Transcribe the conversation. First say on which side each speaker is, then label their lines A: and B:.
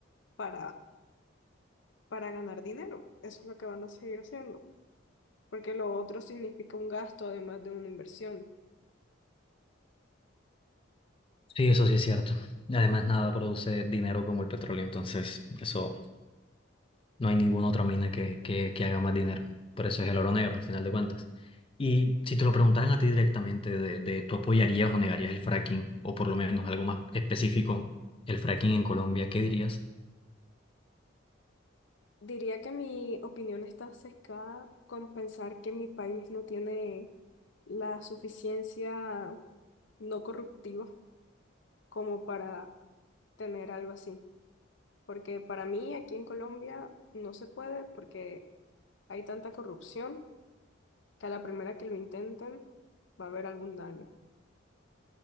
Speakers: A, on the left (about 65°); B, on the left (about 25°).
A: para, para ganar dinero. Eso es lo que van a seguir haciendo. Porque lo otro significa un gasto además de una inversión.
B: Sí, eso sí es cierto. Además, nada produce dinero como el petróleo, entonces eso no hay ninguna otra mina que, que, que haga más dinero. Por eso es el oro negro, al final de cuentas. Y si te lo preguntaran a ti directamente de, de tú apoyarías o negarías el fracking, o por lo menos algo más específico, el fracking en Colombia, ¿qué dirías?
A: Diría que mi opinión está sesgada con pensar que mi país no tiene la suficiencia no corruptiva como para tener algo así. Porque para mí aquí en Colombia no se puede porque hay tanta corrupción que a la primera que lo intenten va a haber algún daño.